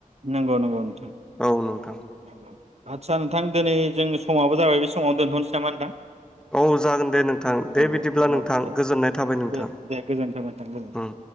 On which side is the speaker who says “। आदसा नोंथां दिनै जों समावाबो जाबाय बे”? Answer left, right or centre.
Right